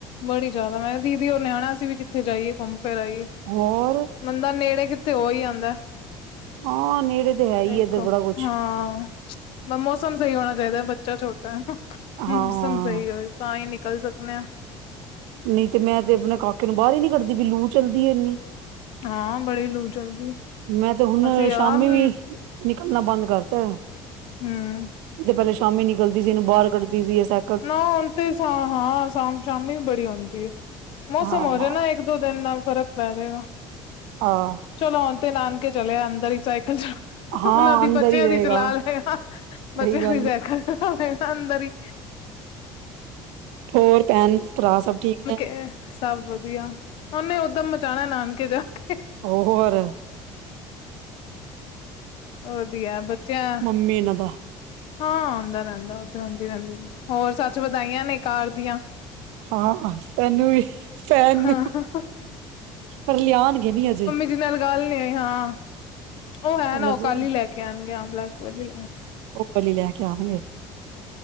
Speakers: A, on the left (about 65°); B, on the right (about 80°).
A: ਬੜੀ ਜਾਦਾ ਮੈਂ ਕਾ ਦੀਦੀ ਓਰ ਨਿਆਣਾ ਸੀ ਵੀ ਕਿੱਥੇ ਜਾਈਏ ਘੁੰਮ ਫਿਰ ਆਈਏ
B: ਹੋਰ
A: ਬੰਦਾ ਨੇੜੇ ਕਿ ਤੇ ਹੋਈ ਆਂਦਾ
B: ਹਾਂ ਨੇੜੇ ਤੇ ਹੈ ਹੀ
A: ਦੇਖੋ
B: ਇੱਧਰ ਬੜਾ ਕੁਛ
A: ਹਾਂ। <inaudible> ਬ ਮੌਸਮ ਸਹੀ ਹੋਣਾ ਚਾਈਦਾ ਬੱਚਾ ਛੋਟਾ ਐ ਮੌਸਮ
B: ਹਾਂ
A: ਸਹੀ ਹੋਏ। ਤਾਂ ਈ ਨਿਕਲ ਸਕਨੇ ਆ।
B: ਨਹੀਂ ਤੇ ਮੈਂ ਤੇ ਆਪਣੇ ਕਾਕੇ ਨੂੰ ਬਾਰ ਈ ਨੀ ਕੱਢਦੀ ਵੀ ਲੂ ਚੱਲਦੀ ਐ ਏਨੀ।
A: ਹਾਂ ਬੜੀ ਲੂ ਚਲਦੀ।
B: ਮੈਂ ਤੇ ਹੁਣ
A: ਅਸੀਂ ਆਮ
B: ਸ਼ਾਮੀ ਵੀ ਨਿਕਲਣਾ ਬੰਦ ਕਰਤਾ ਐ।
A: ਹੂੰ <inaudible>
B: ਤੇ ਪਹਿਲੇ ਸ਼ਾਮੀ ਨਿਕਲਦੀ ਸੀ ਏਨੂੰ ਬਾਰ ਕੱਢਦੀ ਸੀ ਏ ਸੈ
A: ਨਾ ਹੁਣ ਤੇ ਸ਼ਾ ਹਾਂ ਸ਼ਾਮ ਸ਼ਾਮੀ ਬੜੀ ਹੁੰਦੀ ਏ ਮੌਸਮ
B: ਹਾਂ
A: ਹੋਜੇ ਨਾ ਇਕ ਦੋ ਦਿਨ ਨਾਲ ਫਰਕ ਪੈ ਜੇਗਾ।
B: ਹਾਂ।
A: ਚਲੋ ਹੁਣ ਤੇ ਨਾਨਕੇ ਚਲਿਆ ਅੰਦਰ ਈ ਸਾਈਕਲ ਚਲਾ। <inaudible>
B: ਹਾਂ
A: ਓਨਾਂ ਦੀ
B: ਅੰਦਰ
A: ਬੱਚਿਆਂ
B: ਹੀ ਰਹੇਗਾ
A: ਦੀ ਚਲਾ ਲੈ <inaudible> ਗਾ
B: ਸਹੀ
A: ਬੱਚਿਆਂ
B: ਗੱਲ
A: ਦੀ ਸ਼ੈਕਲ ਚਲਾ ਲੇਗਾ ਅੰਦਰ ਈ।
B: ਹੋਰ ਭੈਣ ਭਰਾ ਸਭ ਠੀਕ ਨੇ।
A: ਇਹ ਸਭ ਵਧੀਆ ਉਹਨੇ ਉਦਮ ਮਚਾਂਣਾ ਨਾਨਕੇ ਜਾ ਕੇ
B: ਉਹ ਹੋਰ
A: <inaudible> ਵਧੀਆ ਬੱਚਿਆਂ
B: ਮੇਨ ਦਾ
A: ਹਾਂ ਆਉਂਦਾ ਰਹਿੰਦਾ ਉਹ ਤਾਂ ਆਉਦੀ ਰਹਿੰਦੀ ਹੋਰ ਸੱਚ ਵਧਾਈਆਂ ਨੇ ਕਾਰ ਦੀਆਂ।
B: ਹਾਂ ਤੈਨੂੰ ਵੀ ਭੈਣ
A: ਹਾਂ
B: ਨੂੰ ਪਰ ਲਿਆਂਣਗੇ ਨੀ ਅਜੇ।
A: ਜੀਜੇ ਨਾਲ ਗੱਲ ਨੀ ਹੋਈ ਹਾਂ ਉਹ ਹੈ
B: ਪਰ
A: ਨਾ
B: ਅਜੇ
A: ਉਹ ਕੱਲ ਈ ਲੈ ਕੇ ਆਂਣਗੇ ਆ ਬਲੈਕ ਵਲੀ ਆਂ।
B: ਵਲੀ ਲੈ ਕੇ ਆਉਣਗੇ।